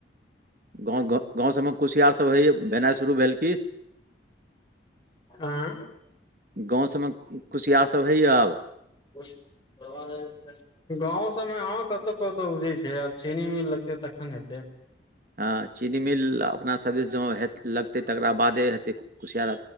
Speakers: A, on the right; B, on the left.
A: गाँव ग गाँंव सब में कुसियार सब होय या भेनाइ शुरू भेल की?
B: आँ
A: गाँव सब मे कुसियारसब होइया आब।
B: <unintelligible> गाँंव सबमे हँ कतौउ कतौउ उपजैत छै आब चीनी मिल लगतै तखन हेतैय।
A: हँ चीनी मिल अपना सब दिस ज हे लगतै तकरा बाद दे हेतेय कुसियारा